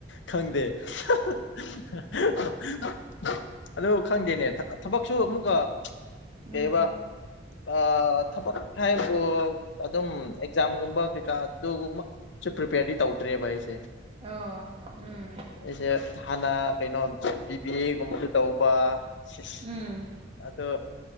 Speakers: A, on the left (about 70°); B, on the right (about 30°).
A: ꯈꯪꯗꯦ ꯍꯥ ꯍꯥ ꯍꯥ ꯍꯥ ꯑꯗꯨ ꯈꯪꯗꯦꯅꯦ ꯊꯥ ꯊꯥꯕꯛꯁꯨ ꯑꯃꯨꯛꯀ ꯀꯩꯌ‌ꯦꯕ
B: ꯎꯝ
A: ꯑꯥ ꯊꯕꯛ ꯉꯥꯏꯁꯨ ꯑꯗꯨꯝ ꯑꯦꯛꯖꯥꯝꯒꯨꯝꯕ ꯀꯩꯀꯥ ꯑꯗꯨꯃꯛ ꯆꯨꯄꯔꯤꯄꯦꯔꯤꯗꯤ ꯇꯧꯗ꯭ꯔꯦꯕ ꯑꯩ
B: ꯑꯣ ꯎꯝ
A: ꯑꯩꯁꯦ ꯍꯥꯟꯅ ꯀꯩꯅꯣ ꯕꯤ꯬ꯕꯤ꯬ꯑꯦꯒꯨꯝꯕꯁꯨ ꯇꯧꯕ ꯁꯤꯁ
B: ꯎꯝ
A: ꯑꯗꯨ